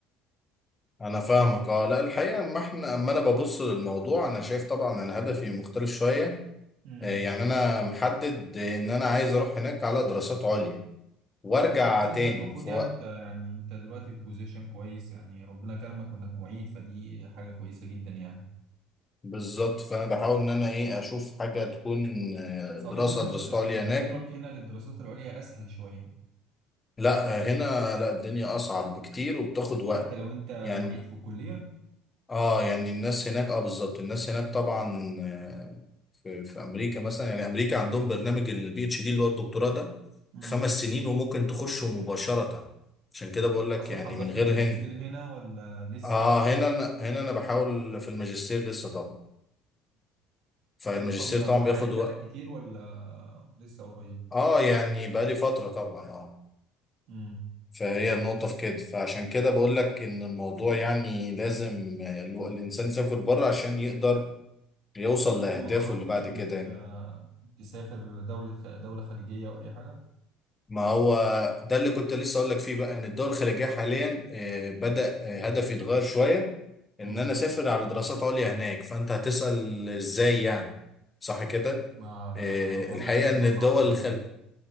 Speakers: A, on the left; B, on the right.
A: انا فاهمك اه لا الحقيقه اما احنا اما انا ببص للموضوع انا شايف طبعا انا هدفي مختلف شويه
B: امم
A: آه، يعني انا محدد ان انا عايز اروح هناك على دراسات عليا وارجع
B: انت اصلا
A: تاني
B: انت المفروض
A: في
B: يعني
A: وقت
B: انت يعني انت دلوقتي في بوزيشن كويس يعني ربنا كرمك وانك معيد فدي حاجة كويسة جدا يعني
A: بالظبط فانا بحاول ان انا ايه اشوف حاجه تكون آه،
B: فاظن
A: دراسه دراسات
B: ان
A: عليا
B: إن تحضيرك
A: هناك
B: هنا للدراسات العليا اسهل شوية
A: لا هنا لا الدنيا اصعب بكتير وبتاخد وقت
B: حتى لو انت
A: يعني
B: معيد في الكلية
A: اه يعني الناس هناك اه بالظبط الناس هناك طبعا آه، في في امريكا مثلا يعني امريكا عندهم برنامج البي اتش دي اللي هو الدكتوراه ده
B: امم
A: خمس سنين وممكن تخشه مباشرة عشان كده بقول لك
B: اصلا
A: يعني
B: حضرت
A: من غير
B: ماجستير
A: هنا
B: هنا ولا لسه
A: اه هنا أنا هنا انا بحاول في الماجستير لسه طبعا فالماجستير
B: اصلا
A: طبعا
B: متعين
A: بياخد
B: بقالك
A: وقت
B: كتير ولا لسه قريب
A: اه يعني بقالي فترة طبعا اه
B: امم
A: فهي النقطة في كده فعشان كده بقول لك إن الموضوع يعني لازم الو- الإنسان يسافر بره عشان يقدر يوصل
B: انت
A: لأهدافه
B: ما جربتش
A: اللي بعد
B: انك
A: كده يعني.
B: آه، تسافر دولة خ- دولة خليجية او اي حاجة
A: ما هو ده اللي كنت لسه أقول لك فيه بقى إن الدول الخليجية حاليا آه، بدأ آه، هدف يتغير شوية
B: امم
A: إن أنا أسافر على دراسات عليا هناك فأنت هتسأل إزاي يعني صح كده؟
B: ما
A: آه،
B: اظن
A: الحقيقة
B: اللي هتبقى
A: إن الدول
B: صعبة شوية
A: الخل...